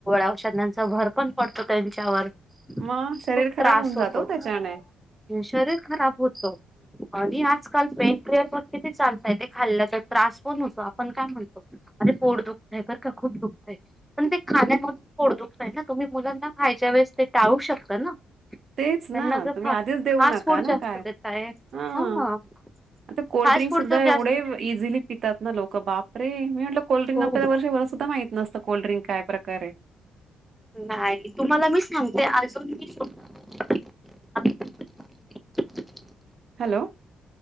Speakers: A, in the centre; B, on the right.
A: औषधांचा भर पण पडतं त्यांच्यावर.
B: मग शरीर
A: खूप
B: खराब
A: त्रास
B: होऊन जात
A: होतो
B: ओ त्याच्याने
A: शरीर खराब होत आणि आजकाल पेन फ्लेअर पण किती चालत. ते खाल्ल्याचा त्रास पण होतो आपण काय म्हणतो अरे पोट दुखतंय बरं का खूप दुखत आहे पण ते खाण्यामधून पोट दुखतय ना? तुम्ही मुलांना खायच्या वेळेस ते टाळू शकता ना?
B: तेच ना
A: त्यांना जर
B: तुम्ही
A: खा
B: आधीच देऊ
A: फास्ट
B: नका
A: फूड
B: ना
A: जास्त
B: काय
A: देताय.
B: हां
A: हा
B: आता कोल्ड्रिंक
A: फास्ट फूड
B: सुद्धा
A: तर जास्त
B: एवढे
A: हो
B: इझिली पितात ना लोक बापरे मी म्हण कोल्ड्रिंक आपल्याला
A: हो.
B: वर्षभर सुद्धा माहित नसतं कोल्ड्रिंक काय प्रकारे.
A: नाही तुम्हाला मी सांगते <inaudible>
B: हॅलो.